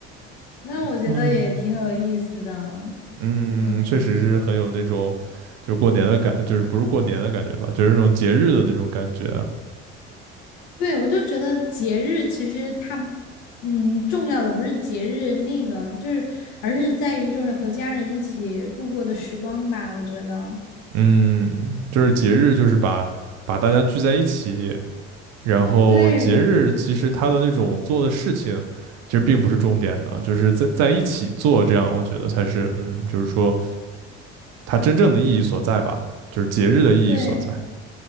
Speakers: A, on the left; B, on the right.
A: 那我觉得也挺有意思的，
B: 嗯嗯，
A: 嗯。
B: 确实是很有那种就是过年的感，就是不是过年的感觉吧，就是那种节日的那种感觉啊。
A: 对，我就觉得节日其实它，嗯，重要的不是节日那个，就是而是在于就是和家人一起度过的时光吧。我觉得，
B: 嗯，就是节日，就是把把大家聚在一起，然后节日其实它的那种做的事情，
A: 对，
B: 其实并不是重点的，就是在在一起做，这样我觉得才是，嗯，就是说它真正的意义所在吧，就是节日的意义所在。
A: 对对